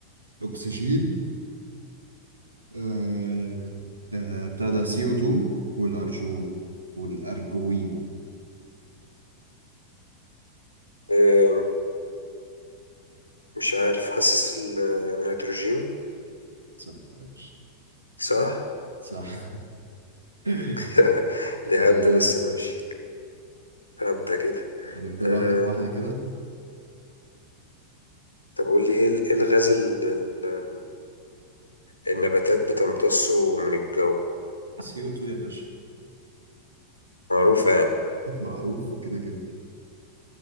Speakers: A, on the right; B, on the left.
A: اكسجين آه آه بتاع ده سي او 2 والارجون والارجوين
B: أم، مش عارف حاسس النيتروجين
A: صح يا باشا
B: صح
A: صح <laughs>
B: <laughs> دي
A: لا
B: هبدة
A: ايه
B: بس ماشي هبدة كده
A: هنفضل
B: أم،
A: واحدة بواحدة كده
B: طب قول لي ايه ال- إيه الغاز ال- ال- النباتات بتمتصه من الجو
A: سي او 2 يا باشا
B: معروفة يعني
A: <laughs> معروف كده كده